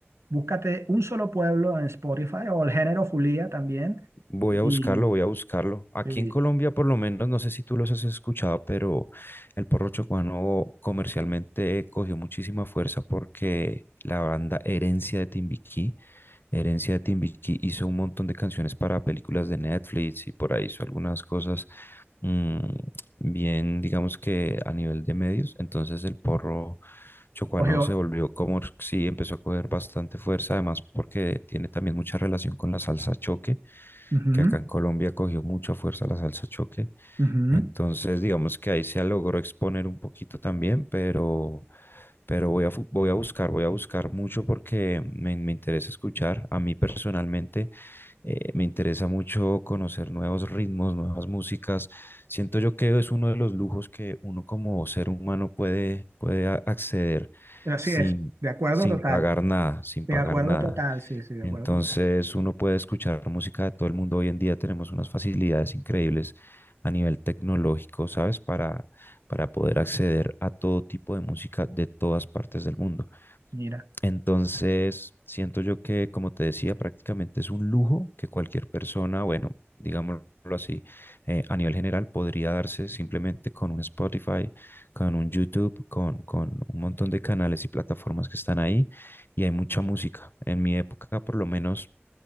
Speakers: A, on the right; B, on the left.
A: Búscate Un Solo Pueblo en Spotify o el género Fulía también.
B: Voy a
A: Y,
B: buscarlo, voy a buscarlo. Aquí
A: y-
B: en Colombia, por lo menos, no sé si tú los has escuchado, pero el porro chocuano comercialmente cogió muchísima fuerza porque la banda Herencia de Timbiquí, Herencia de Timbiquí hizo un montón de canciones para películas de Netflix y por ahí hizo algunas cosas mm, bien, digamos que a nivel de medios. Entonces el porro chocuano
A: ojo,
B: se volvió como, sí, empezó a coger bastante fuerza, además porque tiene también mucha relación con la salsa choque
A: ujú,
B: que acá en Colombia cogió mucha fuerza la salsa choque.
A: ujú.
B: Entonces, digamos que ahí se logró exponer un poquito también, pero, pero voy a, fu- voy a buscar, voy a buscar mucho porque me, me interesa escuchar. A mí personalmente eh, me interesa mucho conocer nuevos ritmos, nuevas músicas. Siento yo que es uno de los lujos que uno como ser humano puede, puede a- acceder
A: Así
B: sin,
A: es, de acuerdo
B: sin
A: total.
B: pagar nada, sin
A: De
B: pagar
A: acuerdo
B: nada.
A: total, sí, sí, de
B: Entonces
A: acuerdo total.
B: uno puede escuchar música de todo el mundo. Hoy en día tenemos unas facilidades increíbles a nivel tecnológico, ¿sabes? Para, para poder acceder a todo tipo de música de todas partes del mundo.
A: Mira,
B: Entonces, siento yo que, como te decía, prácticamente es un lujo que cualquier persona, bueno, digámoslo así, eh, a nivel general podría darse simplemente con un Spotify, con un YouTube, con, con un montón de canales y plataformas que están ahí y hay mucha música. En mi época, por lo menos,